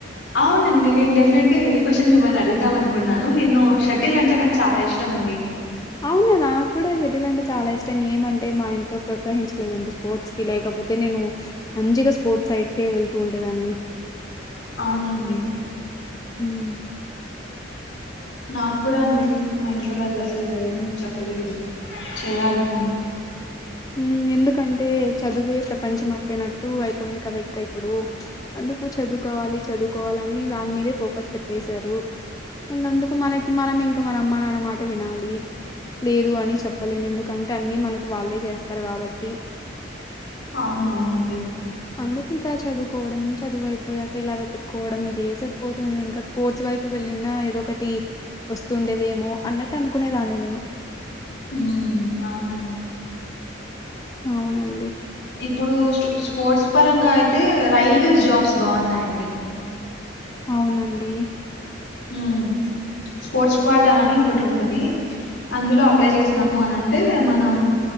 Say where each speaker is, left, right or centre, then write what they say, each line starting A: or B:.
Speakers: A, on the left (about 70°); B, on the left (about 20°).
A: అవునండి నేను డెఫినెట్ గా ఇదే క్వశ్చన్ మిమ్మల్ని అడుగుదాం అనుకున్నాను నిన్ను. షటిల్ అంటే నాకు చాలా ఇష్టం అండి.
B: అవునా నాకు కూడా షటిల్ల్ అంటే చాలా ఇష్టం ఏమంటే మా ఇంట్లో ప్రోత్సహించలేదండి స్పోర్ట్స్కి, లేకపోతే నేను మంచిగా స్పోర్ట్స్ సైడ్కే వెళ్తూ ఉండే దాన్ని.
A: అవునండి
B: హ్మ్
A: నాక్కూడ అండి మా ఇంట్లో వాళ్ళు అసలు అది ఏం చెప్పలేదు చెయ్యాలి అని
B: మ్మ్ ఎందుకంటే చదువే ప్రపంచం అయిపోయినట్టు అయిపోయింది కదా ఇంకా ఇప్పుడు. అందుకు చదువుకోవాలి, చదువుకోవాలని దాని మీదే ఫోకస్ పెట్టేశారు. ఇంకందుకు మనకి మనం ఇంకా మన అమ్మని అన్నమాట వినాలి. లేదు అని చెప్పలేము ఎందుకంటే, అన్నీ మనకు వాళ్ళే చేస్ తరు కాబట్టి.
A: అవునవునండి
B: అందుకు ఇంకా చదువుకోవడం చదువు అయిపోయాక ఇలా వెతుక్కోవడం ఇదే సరిపోతుంది ఇంక స్పోర్ట్స్ వైపు వెళ్ళిన ఏదో ఒకటి వస్తూండేదేమో అన్నట్టు అనుకునేదాన్ని నేను
A: ఉమ్ అవునండి
B: అవునండి
A: ఇప్పుడు స్పోర్ట్స్ పరంగా అయితే రైల్వేస్ జాబ్స్ బాగున్నాయండి
B: అవునండి
A: ఉమ్ స్పోర్ట్స్ క్వాటా అని ఒకటుంటది అందులో అప్లై
B: హ్మ్
A: చేసినాము అనం అంటే మనం